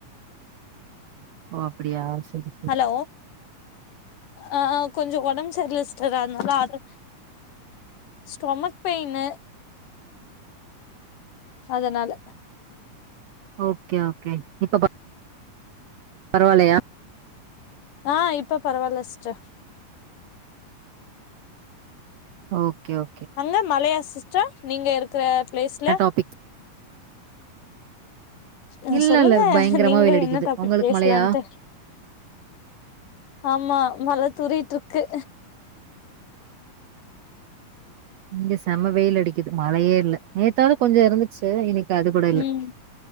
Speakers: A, on the right (about 70°); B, on the left (about 75°).
A: ஓ அப்டியா சரி
B: ஹலோ ஆ கொஞ்ச ஒடம்பு சரில சிஸ்டர் அதனால ஆர்டர் ஸ்டொமக் பெயினு அதனால
A: ஓகே ஓகே இப்ப பா பரவாலயா
B: ஆ இப்ப பரவால்ல சிஸ்டர்
A: ஓகே ஓ
B: அங்க மழயா சிஸ்டர் நீங்க இருக்கிற பிளேஸ்ல
A: டாபிக்
B: ம்
A: இல்ல
B: சொல்லுங்க
A: இல்ல பயங்கரமா
B: நீங்க
A: வெயில் அடிக்குது
B: என்ன டாபிக்
A: உங்களுக்கு
B: பேசலாம்ட்டு
A: மழையா
B: ஆமா மழ தூறிட்ருக்கு
A: இங்க செம்ம வெயில் அடிக்குது மழயே இல்ல நேத்தாவது கொஞ்ச இருந்துச்சு இன்னைக்கு அது கூட இல்ல
B: ம்